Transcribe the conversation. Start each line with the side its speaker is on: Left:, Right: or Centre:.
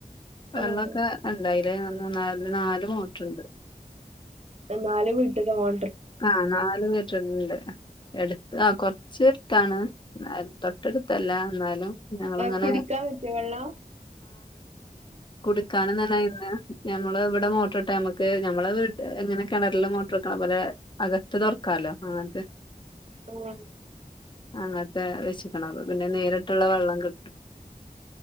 Left: വെള്ളൊക്കെ
Right: ആഹ്
Left: ഉണ്ടായി <unintelligible> അല് <unintelligible> മൂന്നാല് നല് മോട്ടുണ്ട്
Right: എന്നാലും വീട്ടില് മോ
Left: ആ നാലു പേരുണ്ട് എടുത്ത ആ കുറച്ച എടുത്താണ് എന്ന തൊട്ടടുത്തല്ല എന്നാലും ഞങ്ങളിങ്ങനെ
Right: ആ കുടിക്കാൻ പറ്റിയ വെള്ള
Left: കൊടുക്കാണ്െന്നല്ല ഇന്ന് ഞമ്മള് ഇവിടെ മോട്ടർ ഇട്ടെ നമ്മുക്ക് നമ്മളെ വീ എങ്ങനെ കിണറില് മോട്ടർ വെക്കണ പോലെ അകത്ത് ദൊർക്കാലോ അങ്ങത്
Right: വ
Left: അങ്ങനത്തെ വച്ചിക്കണം അപ്പ പിന്നെ നേരിട്ടുള്ള വെള്ളം കിട്ടും